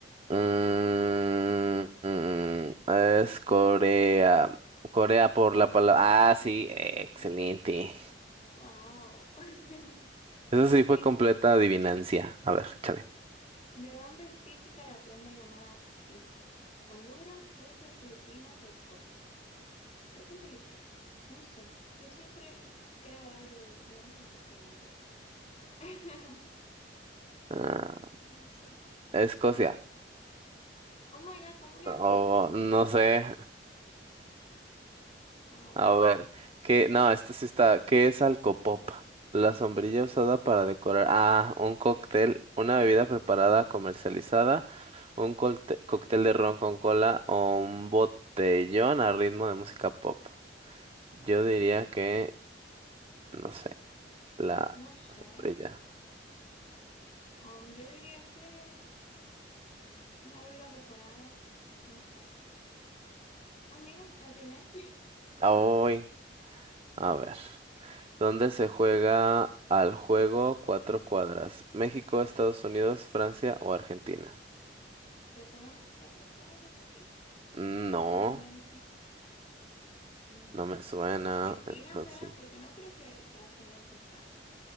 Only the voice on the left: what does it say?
O
Mongolia.
O Corea.
Corea.
Wow. <laughs>
Ok.
<laughs>
¿De dónde es típica la prenda llamada kilt? ¿Honduras, Rusia, Filipinas o Escocia? Creo que Filipinas. No sé. Yo siempre creo algo y no resulta siendo, entonces. <laughs>
No sé.
Oh my God, ¿cómo le
atinas?
O sea,
wow.
No sé.
Um, yo diría que una bebida preparada. No sé. Ah, mira, la atiné.
<laughs> ¿Te suena cuatro cuadras a ti?
¿Que eres de México? Mm,
Argentina
será, porque no creo que Estados Unidos ni Francia.